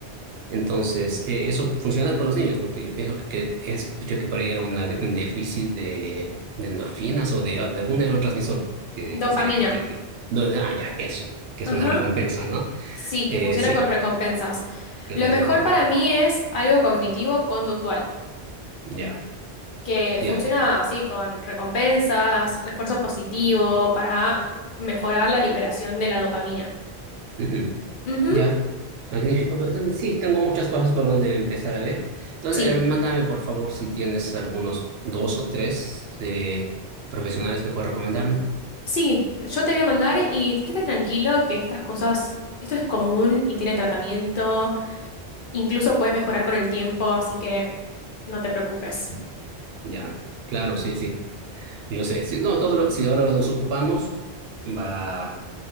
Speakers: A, on the right; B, on the left.
A: Entonces, eh, eso funciona con los niños, porque yo pienso que, que escuché que por ahí era una de- un déficit de, de endorfinas o de, de algún neurotransmisor que,
B: Dopamina,
A: que se cree que, que- donde- Ah, ya, eso, que
B: ajá,
A: es una recompensa, ¿no?
B: sí,
A: Eh,
B: que funciona
A: sí,
B: con recompensas.
A: que
B: Lo
A: funciona
B: mejor
A: con recompensa.
B: para mí es algo cognitivo conductual.
A: Ya,
B: que
A: ya.
B: funciona así, con recompensas, refuerzo positivo, para mejorar la liberación de la dopamina.
A: ujú,
B: Ujú,
A: Ya. Magnífico. Pues, eh, Sí, tengo muchas cosas por donde empezar a ver. Entonces,
B: Sí,
A: eh, mándame por favor si tienes algunos dos o tres eh, profesionales que puedas recomendarme.
B: sí, yo te voy a mandar y quédate tranquilo que estas cosas, esto es común y tiene tratamiento, incluso puede mejorar con el tiempo, así que no te preocupes.
A: Ya, claro, sí, sí. Yo sé, si, no, todo lo- si ahora nos ocupamos, va,